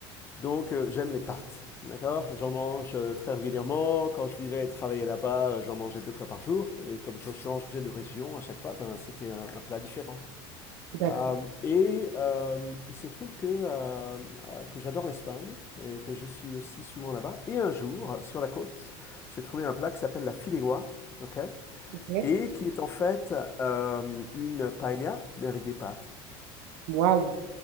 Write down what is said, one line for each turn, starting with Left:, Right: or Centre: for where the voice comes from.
Left: Donc, euh, j'aime les pâtes, d'accord? J'en mange euh, très régulièrement. Quand je vivais et travaillais là-bas, euh, j'en mangeais deux fois par jour. Et comme je changeais de région à chaque fois, ben, c'était un un plat différent.
Right: D'accord.
Left: Euh, et euh, il se trouve que, euh, euh, que j'adore l'Espagne et que je suis aussi souvent là-bas. Et un jour, sur la côte, j'ai trouvé un plat qui s'appelle la fideuà, ok?
Right: Ok.
Left: Et qui est en fait euh, une paella, mais avec des pâtes.
Right: Waouh,